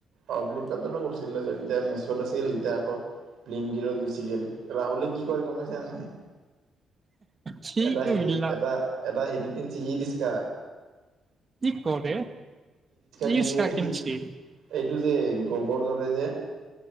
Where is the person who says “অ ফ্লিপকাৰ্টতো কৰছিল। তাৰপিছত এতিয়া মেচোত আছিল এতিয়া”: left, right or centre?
Right